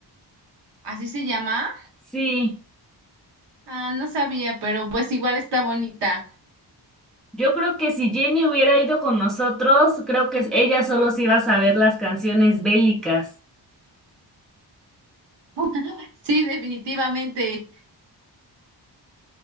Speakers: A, on the right; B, in the centre.
A: así se llama,
B: Sí,
A: ah, no sabía, pero pues igual está bonita.
B: yo creo que si Jenny hubiera ido con nosotros, creo que ella solo se iba a saber las canciones bélicas,
A: <laughs> Sí, definitivamente.